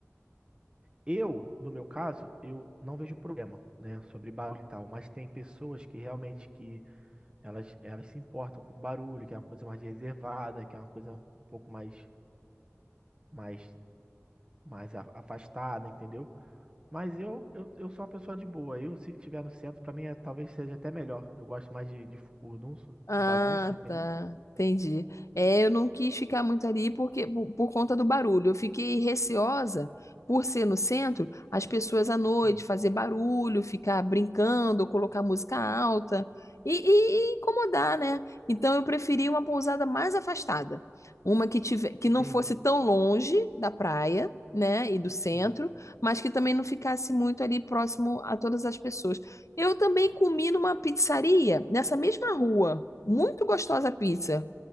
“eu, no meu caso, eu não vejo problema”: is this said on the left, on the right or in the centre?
Right